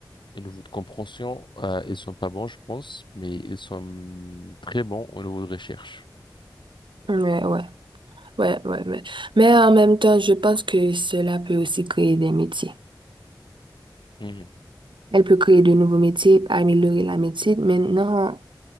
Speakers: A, on the left; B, on the right.
A: le niveau de compréhension, euh, ils sont pas bons je pense, mais ils sont hum, très bons au niveau de recherche.
B: ouais, ouais, ouais, ouais, mais, mais en même temps, je pense que cela peut aussi créer des métiers.
A: Mhm,
B: Elle peut créer de nouveaux métiers, améliorer la médecine. Maintenant,